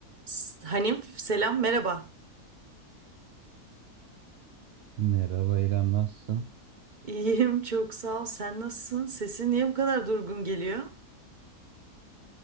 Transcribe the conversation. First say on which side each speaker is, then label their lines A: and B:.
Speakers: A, on the right; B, on the right.
A: S- Hanif selam merhaba.
B: Merhaba İrem nasılsın?
A: İyiyim çok sağ ol. Sen nasılsın? Sesin niye bu kadar durgun geliyor?